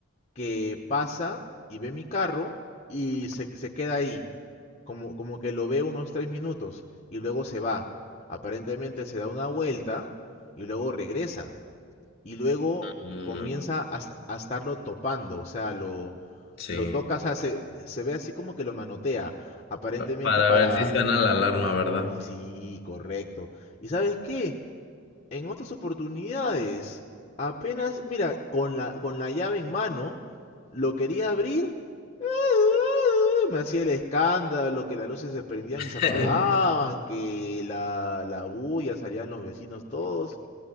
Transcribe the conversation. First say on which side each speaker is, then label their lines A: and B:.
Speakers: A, on the left (about 30°); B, on the left (about 45°).
A: que pasa y ve mi carro y se, se queda ahí, como, como que lo ve unos tres minutos y luego se va. Aparentemente se da una vuelta y luego regresa y luego
B: Mm,
A: comienza a, est- a estarlo topando, o sea, lo,
B: sí.
A: lo toca, o sea, se, se ve así como que lo manotea, aparentemente
B: Para
A: para...
B: ver si suena la alarma, ¿verdad?
A: Sí, correcto. ¿Y sabes qué? en otras oportunidades, apenas, mira, con la, con la llave en mano, lo quería abrir, <laughs> me hacía el escándalo, que las luces se prendían
B: <laughs>
A: y se apagaban, que la, la bulla salían los vecinos todos.